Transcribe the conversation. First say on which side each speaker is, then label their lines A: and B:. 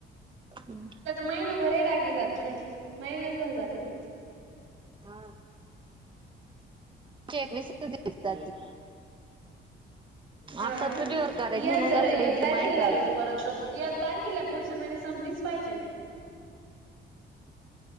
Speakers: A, on the right; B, on the right.
A: हम्.
B: महिनाभरे टाकी जात नाय महिनाच भर जाते फ
A: हा. एकवीसच दिवस जाती.
B: हा
A: आता
B: ना
A: चुलीवर करायच
B: या
A: म्हणून
B: जर
A: कस
B: एक
A: रिद्धीमायन
B: तारखेला लावली
A: पाहिजे.
B: तर परत एक तारखीला पुढच्या महिन्यात संपलीच पाहिजे.